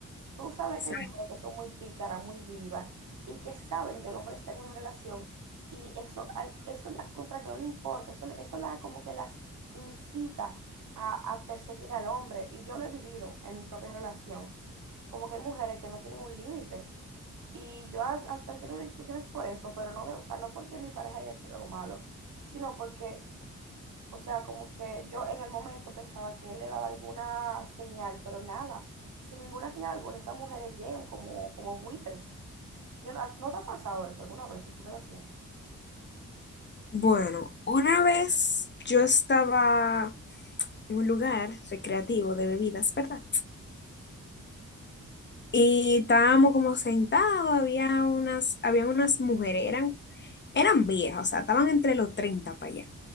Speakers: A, on the right (about 80°); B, on the left (about 35°).
A: Tú sabes
B: O sea,
A: que hay mujeres que son muy pícaras, muy vivas y que saben que el hombre está en una relación y eso, al- eso las contra que no le importa, eso, le- eso la, como que las incita a, a perseguir al hombre. Y yo lo he vivido en mi propia relación. Como que hay mujeres que no tienen un límite. Y yo has- hasta he tenido discusiones por eso, pero no de, o sea, no porque mi pareja haya hecho algo malo, sino porque O sea, como que yo en el momento pensaba que él le daba alguna señal, pero nada, sin ninguna señal alguna, esas mujeres llegan como, como buitres. Yo, no, ¿no te ha pasado eso alguna vez en tu relación?
B: Bueno, una vez yo estaba en un lugar recreativo de bebidas, ¿verdad? Y estábamos como sentados, había unas, habían unas mujeres, eran, eran viejas, o sea, estaban entre los 30 para allá.